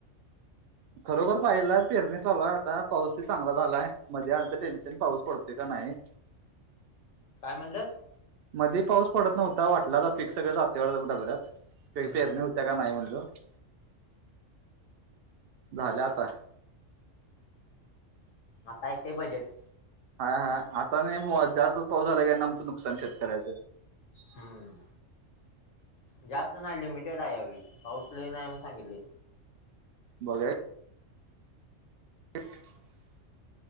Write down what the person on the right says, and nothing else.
खरोखर पाहिजेल ए... पेरणी चालूय आता पाऊस बी चांगला झालाय... मध्ये आलतं टेन्शन... पाऊस पडतोय का नाय
मध्ये पाऊस पडत नव्हता... वाटलाता पिक सगळं जातयं वाटतं डबड्यात... पे...
पेरण्या होत्या का नाय म्हणलं - झाल्या आता
हा हा आता नाय बुवा... जास्त पाऊस झाला कि आमचं नुकसान शेतकऱ्याचं
बघाय <unintelligible>